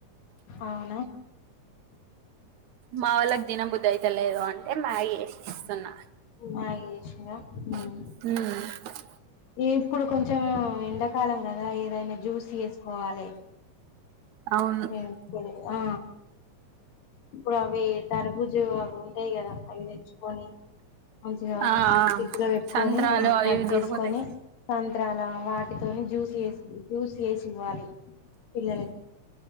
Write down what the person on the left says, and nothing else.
అవునా
బాయే చేసిందా హుమ్
ఇప్పుడు కొంచెం ఎండాకాలం కదా ఏదైనా జ్యూస్ చేసుకోవాలి
ఏం పొడి ఆ ఇప్పుడు అవీ కర్బుజ ఉంటాయ్ కదా అవి తెచ్చుకొని మంచిగా
ఫ్రిడ్జ్ లో పెట్కొని
ఆ
కట్
చేసుకొని
సాయంత్రాల వాటితోని జ్యూస్ ఏసి జ్యూస్ ఏసి ఇవ్వాలి పిల్లలకి